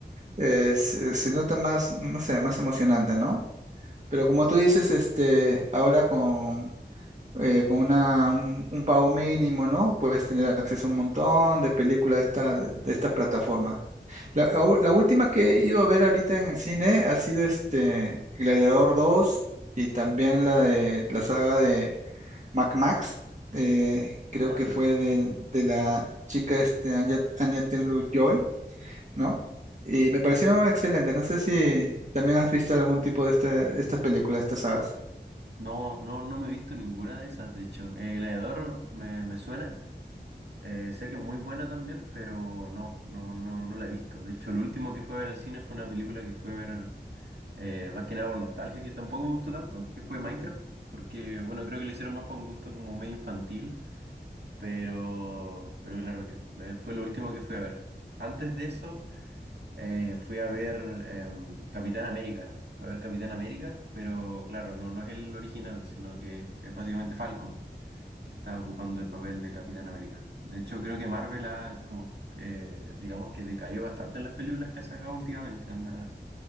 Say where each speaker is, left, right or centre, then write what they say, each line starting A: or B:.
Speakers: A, on the right; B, on the right.
A: eh, se, se nota más, no sé, más emocionante, ¿no? Pero como tú dices, este, ahora con, eh, con una, un, un pago mínimo, ¿no? Puedes tener acceso a un montón de películas de, esta, de estas plataformas. La, au- la última que he ido a ver ahorita en el cine ha sido este Gladiador dos y también la de la saga de Mac Max. eh, creo
B: Ah, claro.
A: que fue de, de la chica este, Anya, Anya Taylor-Joy, ¿no? Y me parecieron excelentes. No sé si también has visto algún tipo de esta, estas películas, estas sagas.
B: No, no, no me he visto ninguna de esas, de hecho. el Gladiador me, me suena. eh, sé que es muy buena también, pero no, no, no, no la he visto. De hecho, lo último que fue a ver al cine fue una película que fue a ver. eh, más que nada por nostalgia, que tampoco me gustó tanto, que fue Minecraft, porque bueno, creo que lo hicieron más por un gusto como medio infantil, pero, pero claro que eh, fue lo último que fui a ver. Antes de eso, eh, fui a ver em, Capitán América. Fui a ver Capitán América, pero claro, no, no es el original, sino que es básicamente Falcon, que está ocupando el papel de Capitán América. De hecho, creo que Marvel ha como eh, digamos que decayó bastante en las películas que ha sacado últimamente, anda